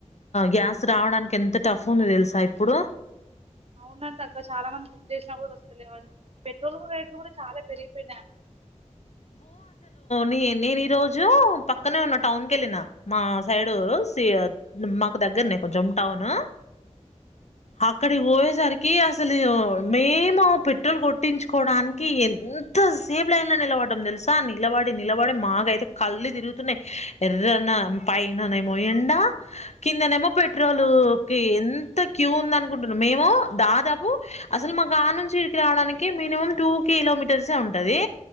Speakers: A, on the left; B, on the right.
A: గ్యాస్ రావడానికి ఎంత టఫ్ ఉంది తెలుసా ఇప్పుడు.
B: అవును అంట అక్క చాలా మంది బుక్ జేసినా కూడా వస్తలేవనీ జెప్పిర్రు. పెట్రోల్ కు రేట్లు గూడి, చాలా పెరిగిపోయినయ్ అంట
A: నేన్ నేను ఈ రోజు పక్కనే ఉన్న టౌన్ కెళ్ళిన మా సైడు సీ ఎ మాకు దగ్గరనే కొంచెం టౌను. అక్కడికి బోయే సరి కి అసలు మేము పెట్రోల్ కొట్టించుకోవడానికి ఎమ్ ఎంత సేప్ లైన్ లో నిలబడ్డం తెలుసా నిలబడి నిలబడి మాగైెయితే కళ్ళు తిరుగుతున్నాయి, ఎర్రనా పైననేమో ఎండ కిందనేమో పెట్రోల్ కి ఎంత క్యూ ఉంది అనుకుంటున్నాం. మేము దాదాపు అసలు మా గా నుంచి ఇడికి రావడానికి మినిమం టూ కిలోమీ తెలిసే ఉంటది